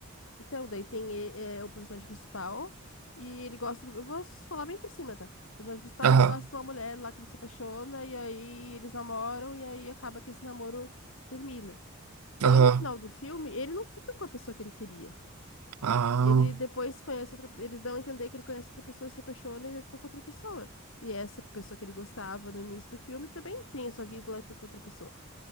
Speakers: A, on the left; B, on the right.
A: Então, daí tem e- é, o personagem principal e ele gosta do... Eu vou s- falar bem por cima, tá? O personagem principal,
B: Aham.
A: ele gosta de uma mulher lá que ele se apaixona e aí eles namoram e aí acaba que esse namoro termina. E
B: Aham.
A: aí no final do filme, ele não fica com a pessoa que ele queria.
B: Ah,
A: Ele depois conhece outra... Eles dão a entender que ele conhece outra pessoa, se apaixona e vai ficar com outra pessoa. E essa pessoa que ele gostava no início do filme também tem a sua vida lá e fica com outra pessoa.